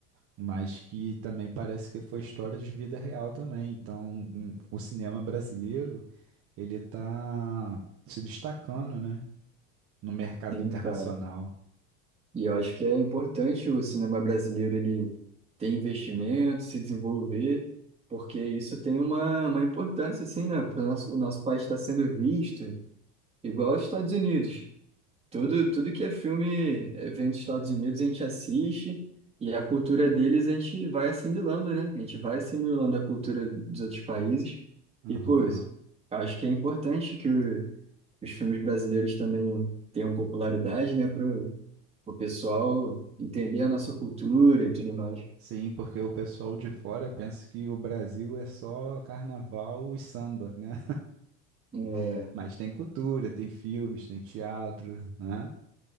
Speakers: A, on the right; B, on the right.
A: mas que também parece que foi história de vida real também. Então, um- o cinema brasileiro, ele tá se destacando, né? no mercado
B: sim,
A: internacional.
B: cara. E eu acho que é importante o cinema brasileiro ele ter investimento, se desenvolver, porque isso tem uma, uma importância, assim, né? Pro nosso, o nosso país está sendo visto igual aos Estados Unidos. Tudo, tudo que é filme, eh, vem dos Estados Unidos, a gente assiste e a cultura deles a gente vai assimilando, né? A gente vai assimilando a cultura dos outros países.
A: Aham.
B: E, pô, acho que é importante que o- os filmes brasileiros também tenham popularidade, né? Para o pessoal entender a nossa cultura e tudo mais.
A: Sim, porque o pessoal de fora pensa que o Brasil é só carnaval e samba, né?
B: É,
A: <laughs> Mas tem cultura, tem filmes, tem teatro, né?